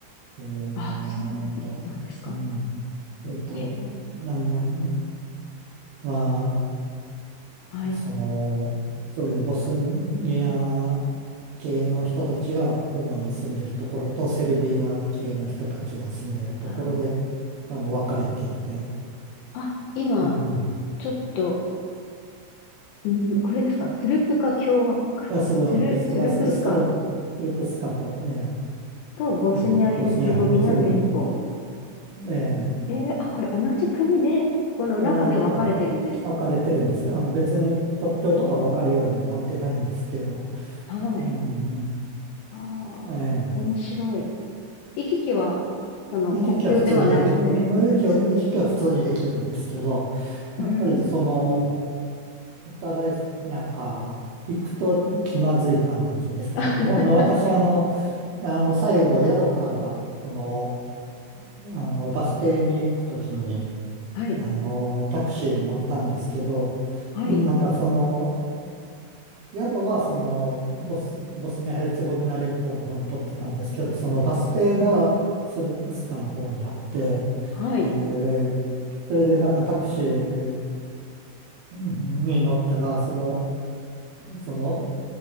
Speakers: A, on the right; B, on the left.
A: えーと、
B: あ、そうなんですか。
A: うん。えーと、
B: へえ、
A: 名前は、
B: はい。
A: その、そういうボスニア系の人たちが主に住んでるところと、セルビア系の人たちが住んでるところで、
B: あー、
A: あの、分かれていて、
B: あ、今、
A: うん。
B: ちょっと、うん、これですか。スルプカ共和国。
A: あ、すごい、
B: スル、
A: スプラスカ、
B: スルプスカ
A: スプラ、スルプスカと、ええ
B: とボスニア・
A: うん、
B: ヘルツェゴビナ連邦。
A: ボスニア・ヘルツェゴビナ、ええ
B: えー、あ、これ同じ国で、この中で分かれてるんですか。
A: 同じくね、分かれてるんです。あの別に国境とか分かるようにはなってないんですけど、
B: ほー。はい。
A: うん、
B: あ
A: ええ
B: あ、面白い。行き来は、その、
A: 行き来は普通にでき、
B: 国境ではないので、
A: 行き行き来は普通にできるんですけど、
B: 普通に。うーん。
A: やっぱりその、お互いなんか、行くと気まずい感じでしたかね。
B: <laughs>
A: あの、私あの、あの、最後宿から、その、あの、バス停に行くときに、
B: はい。
A: あの、タクシーに乗ったんですけど、
B: はい。
A: うんなんかその、宿はその、ボス、ボスニア・ヘルツェゴビナ連邦の方に取ってたんですけど、そのバス停がスルプスカの方にあって、
B: うん。はい。
A: えーそれでなんかタクシーに乗ったら、その、その